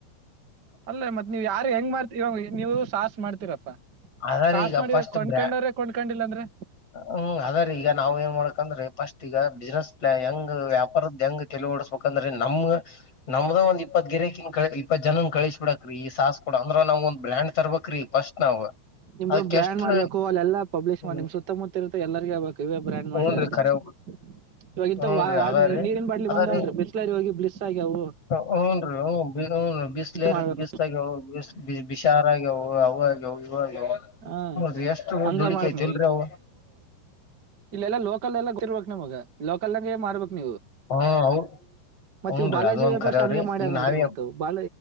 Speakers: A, on the right; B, on the left.
A: ಅಲ್ಲೇ ಮತ್ ನೀವ್ ಯಾರ್ ಹೆಂಗ್ ಮಾಡ್ತಿ ಇವಾಗ ನೀವು ಸಾಸ ಮಾಡ್ತೀರಪ್ಪಾ
B: ಅದಾರಿ
A: ಸಾಸ್
B: ಈಗ
A: ಮಾಡವ
B: ಫಸ್ಟ್
A: ಕೊಂಡ್ಕೊಂಡವ್ರೆ
B: ಬ್ರ್ಯಾ
A: ಕೊಂಡ್ಕೊಂಡಿಲ್ಲ ಅಂದ್ರೆ
B: ಹ್ಮ್ ಅದ್ರ ಈಗ ನಾವ್ ಏನ್ ಮಾಡ್ಕಂದ್ರೆ ಪಫಸ್ಟ್ ಈಗ ಬಿಸ್ನೆಸ್ ಹೆಂಗ್ ವ್ಯಾಪಾರದ ಹೆಂಗ್ ಕೆಲ ಓಡಸ್ಬೇಕಂದ್ರೆ ನಮ್ ನಮ್ದ ಒಂದ ಇಪ್ಪತ್ ಗೆರೆ ಕಿನ್ ಕ ಇ ಜನನ್ ಕಳಿಸ್ ಬಿಡಕ್ ರೀ ಸ ಸಾಸ್ಕ ಕೊಡ ಅಂದ್ರ ನಾವ ಒಂದ್ ಬ್ರ್ಯಾಂಡ್ ತರ್ಬೇಕಕ್ ರಿ ಫಸ್ಟ್ ನಾವ್
A: ನಿಮ್ದುರ್ಯಾಬೇಕು
B: ಅದಕ್ ಎಷ್ಟ್ರ
A: ಅಲ್ಲಾ ಪಬ್ಲಿಷ್
B: ಹ್ಮ್
A: ಮಾಡಿ ನಿಮ್ ಸುತ್ತ ಇರುತ್ತೆ ಎಲ್ಲರ್ಗ ಹೇಬೇಕು ಬ್ರ್ಯಾಂಡ್
B: ಹೂನ್ರಿ
A: ಮಾಡಿರಂತಂದು
B: ಕರೆ
A: ಇವಾಗ ಇಂತ
B: ಹೂನ್ರಿ
A: ವ
B: ಅದಾರಿ
A: ನೀರಿನ ಬಾಟ್ಲಿ
B: ಅದಾರಿ
A: ಬಂದವಲ್ ಬಿಸತ್ಲರಿ ಹೋಗಿ ಬ್ಸ್ತ ಆಗ್ಯವು
B: ಹ್ಮ್ ರಿ ಹ ಹೂನ್ ಬಿಸ್ಲಾರ್
A: ಅಂತ ಮಾಡ್ಬೇಕ್
B: ಬಿಸ್ ಆಾಗಿ ವಿಷ್ ವಿ-ವಿಷಾರ ಔ-ಔ-ಯೊ ವ
A: ಹ
B: ನೋಡ್ರಿ ಎಷ್ಟು
A: ಹಂಗ
B: ದುಡಿಕೈತಿಲ್ರಿ
A: ಮಾಡ್ಬೇಕ್
B: ಅವ
A: ಇಲ್ಲೆಲ್ಲ ಲೋಕಲೆಲ್ಲ ಗೊತ್ತಿರ್ಬೇಕಕ್ನನ್ಮಗ ಲೋಕಲ್ನಾಗೇ ಮಾಡ್ಬೇಕ್ ನಿ
B: ಹಾಂ ಹೌ ಹೂನ್
A: ಇವು ಬಾಲಾಜಿ
B: ರೀ ಅದ ಒಂದ್
A: ವೇಪರ್ಸ್
B: ಕರವ್ರಿ
A: ಹಂಗೆ ಮಾಡ್ಯಾರ
B: ಈಗ ನಾವಿ
A: ನೋಡ್ರಿ ಮತ್ ಬಾಲ